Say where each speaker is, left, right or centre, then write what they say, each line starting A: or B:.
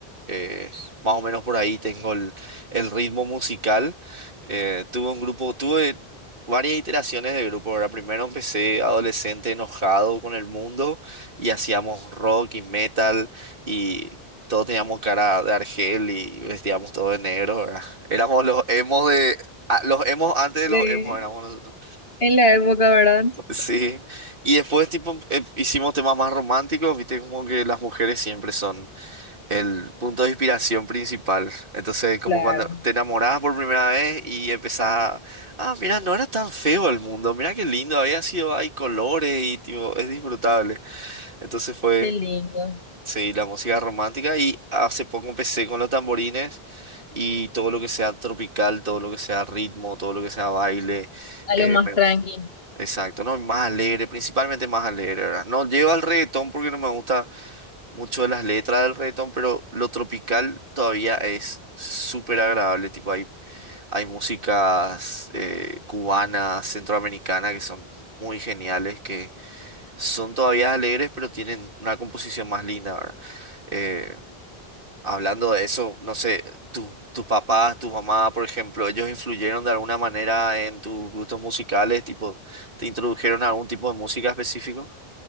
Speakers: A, on the right; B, on the left.
A: eh, más o menos por ahí tengo el, el ritmo musical. Eh, tuve un grupo, tuve varias iteraciones de grupo, ¿verdad? Primero empecé adolescente enojado con el mundo y hacíamos rock y metal y todos teníamos cara de argel y vestíamos todo de negro, ¿verdad? <laughs> Éramos los emos de... ah, Los emos antes de
B: Eh,
A: los emos éramos nosotros.
B: en la época, ¿verdad?
A: Sí. Y después tipo em- hicimos temas más románticos, viste como que las mujeres siempre son el punto de inspiración principal. Entonces, como
B: Claro.
A: cuando te enamorabas por primera vez y empezás a, ah, mira, no era tan feo el mundo, mira qué lindo, había sido, hay colores y tipo, es disfrutable. Entonces fue,
B: Qué lindo.
A: sí, la música romántica y hace poco empecé con los tamborines y todo lo que sea tropical, todo lo que sea ritmo, todo lo que sea baile,
B: Algo
A: eh,
B: más
A: me
B: tranqui.
A: gusta. Exacto, no, más alegre, principalmente más alegre, ¿verdad? No llego al reggaetón porque no me gusta mucho de las letras del reggaetón, pero lo tropical todavía es súper agradable. Tipo, hay, hay músicas eh, cubanas, centroamericanas que son muy geniales, que son todavía alegres, pero tienen una composición más linda, ¿verdad? Eh, hablando de eso, no sé, tu, tus papás, tu mamá, por ejemplo, ellos influyeron de alguna manera en tus gustos musicales, tipo, ¿te introdujeron a algún tipo de música específico?